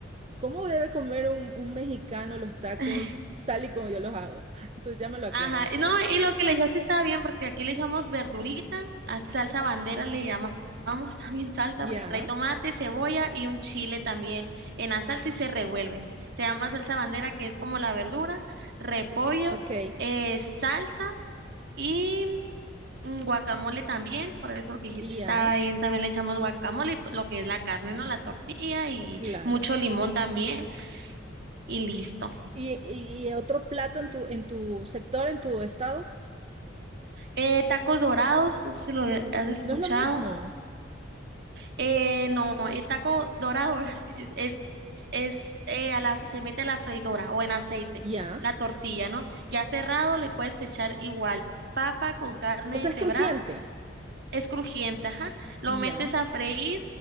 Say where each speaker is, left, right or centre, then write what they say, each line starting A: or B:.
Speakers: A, on the right (about 30°); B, on the right (about 55°).
A: ¿cómo debe comer un, un mexicano los tacos
B: <laughs>
A: tal y como yo los hago? <laughs> Entonces ya me lo aclaraste.
B: Ajá, y no, y lo que le echaste estaba bien porque aquí le echamos verdurita, a salsa bandera le llamamos <laughs> también salsa
A: Ya,
B: porque trae tomate, cebolla y un chile también en la salsa y se revuelve. Se llama salsa bandera que es como la verdura, repollo,
A: ok,
B: eh, salsa y mm, guacamole también, por eso que dijiste
A: ya.
B: estaba bien, también le echamos guacamole y pues, lo que es la carne, ¿no? La tortilla y
A: Claro.
B: mucho limón también y listo.
A: ¿Y, y- y otro plato en tu, en tu sector, en tu estado?
B: Eh, tacos dorados, no sé si lo has escuchado
A: No es lo mismo.
B: Eh, no, el taco dorado <laughs> es, que sí, es, es, eh, a la, se mete a la freidora o en aceite,
A: Ya.
B: la tortilla, ¿no? Ya cerrado le puedes echar igual papa con carne
A: O sea,
B: deshebrada
A: es crujiente.
B: es crujiente, ajá. Lo
A: Ya,
B: metes a freír